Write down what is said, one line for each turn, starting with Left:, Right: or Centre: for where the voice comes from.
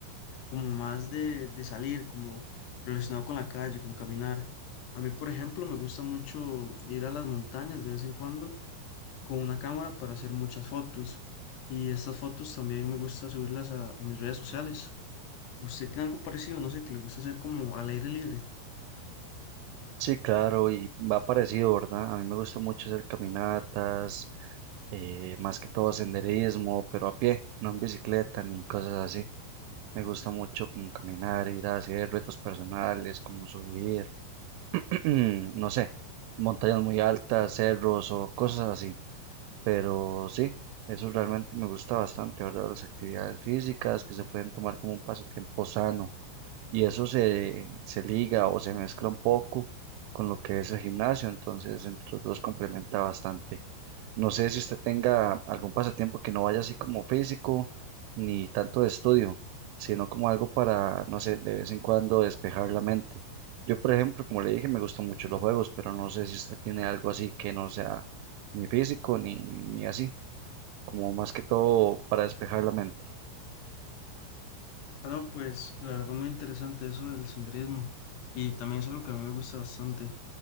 Left: como más de, de salir, como relacionado con la calle, con caminar. A mí, por ejemplo, me gusta mucho ir a las montañas de vez en cuando con una cámara para hacer muchas fotos. Y estas fotos también me gusta subirlas a, a mis redes sociales. ¿Usted tiene algo parecido? No sé, que le gusta hacer como al aire libre.
Right: Sí, claro, y va parecido, ¿verdad? A mí me gusta mucho hacer caminatas eh, más que todo senderismo, pero a pie, no en bicicleta ni cosas así. Me gusta mucho como caminar, ir a hacer retos personales, como subir, <clears throat> no sé, montañas muy altas, cerros o cosas así. Pero sí, eso realmente me gusta bastante, ¿verdad? Las actividades físicas que se pueden tomar como un pasatiempo sano y eso se, se liga o se mezcla un poco con lo que es el gimnasio, entonces entre los dos complementa bastante. No sé si usted tenga algún pasatiempo que no vaya así como físico ni tanto de estudio, sino como algo para, no sé, de vez en cuando despejar la mente. Yo, por ejemplo, como le dije, me gustan mucho los juegos, pero no sé si usted tiene algo así que no sea ni físico ni, ni así, como más que todo para despejar la mente.
Left: Ah, no, pues la verdad muy interesante eso del senderismo. Y también es algo que a mí me gusta bastante.